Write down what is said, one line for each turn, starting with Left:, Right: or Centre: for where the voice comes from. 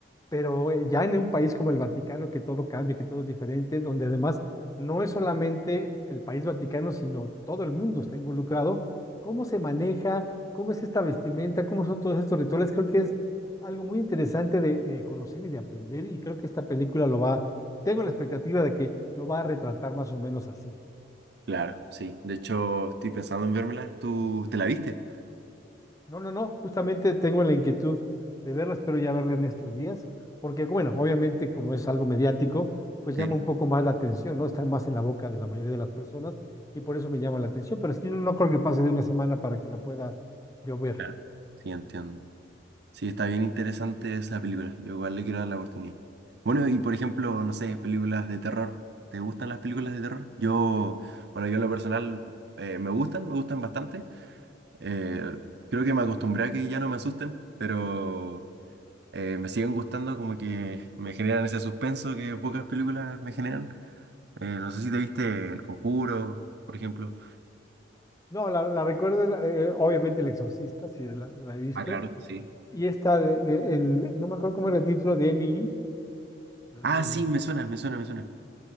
Left: pero eh, ya en un país como el Vaticano, que todo cambia, que todo es diferente, donde además no es solamente el país Vaticano, sino todo el mundo está involucrado, ¿cómo se maneja? ¿Cómo es esta vestimenta? ¿Cómo son todos estos rituales? Creo que es algo muy interesante de, de conocer y de aprender y creo que esta película lo va, tengo la expectativa de que lo va a retratar más o menos así.
Right: Claro, sí. De hecho, estoy pensando en vérmela. ¿Tú te la viste?
Left: No, no, no, justamente tengo la inquietud de verlas, pero ya verla en estos días, porque bueno, obviamente como es algo mediático, pues
Right: Sí.
Left: llama un poco más la atención, ¿no? Está más en la boca de la mayoría de las personas y por eso me llama la atención, pero sí, no, no creo que pase de una semana para que la pueda yo ver.
Right: Claro. Sí, entiendo. Sí, está bien interesante esa película. Yo igual le quiero dar la oportunidad. Bueno, y por ejemplo, no sé, películas de terror. ¿Te gustan las películas de terror? Yo, bueno, yo en lo personal eh, me gustan, me gustan bastante. Eh, creo que me acostumbré a que ya no me asusten, pero eh, me siguen gustando como que me generan ese suspenso que pocas películas me generan. Eh, no sé si te viste El Conjuro, por ejemplo.
Left: No, la, la recuerdo, eh, obviamente El Exorcista, sí, la, la he visto,
Right: Ah, claro, sí.
Left: y esta, de- de- el, no me acuerdo cómo era el título, de Emily. Ay,
Right: Ah,
Left: el-
Right: sí, me suena, me suena, me suena.